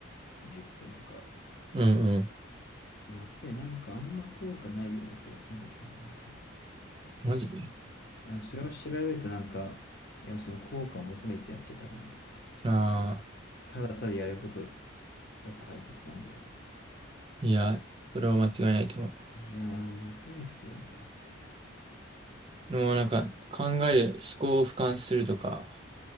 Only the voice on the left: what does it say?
10分とか。
やっぱりなんかあんま効果ないような気がするんだけどね、みたい
な。あそれを調べるとなんか、いや、その効果を求めてやっちゃダメなんだよ、みたいな。
ただただやることが大切なんだよ、みたいな。
いやー、むずいっすよ、みたいな、それ。